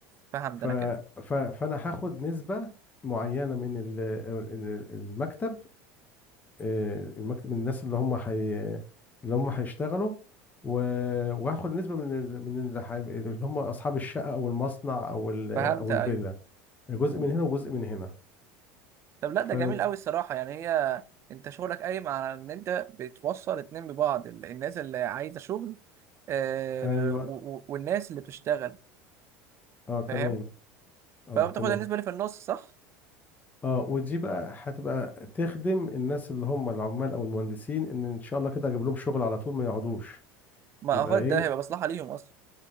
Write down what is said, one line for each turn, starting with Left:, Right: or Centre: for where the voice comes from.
Right: فهمت
Left: ف...
Right: انا كده
Left: ف... فانا هاخد نسبه معينه من ال... ال- المكتب آه، المكتب من الناس اللي هم حي... اللي هم هيشتغلوا و... وهاخد نسبة من ال- من اللي, حي... اللي هم أصحاب الشقة أو المصنع أو ال...
Right: فهمت
Left: أو
Right: ايوه
Left: الفيلا جزء
Right: مم.
Left: من هنا وجزء من هنا
Right: طب لا
Left: ف
Right: ده جميل قوي الصراحه يعني هي انت شغلك قايم على ان انت بتوصل اتنين ببعض ال- الناس اللي عايزه شغل آه
Left: أيوه
Right: و- و- والناس اللي بتشتغل
Left: أه تمام
Right: فاهم
Left: أه
Right: فبتاخد
Left: تمام
Right: النسبة اللي في النص صح
Left: أه ودي بقى هتبقى تخدم الناس اللي هم العمال أو المهندسين إن إن شاء الله كده أجيب لهم شغل على طول ما يقعدوش
Right: ما
Left: يبقى
Right: اعتقد
Left: إيه
Right: ده هيبقى مصلحة ليهم اصلا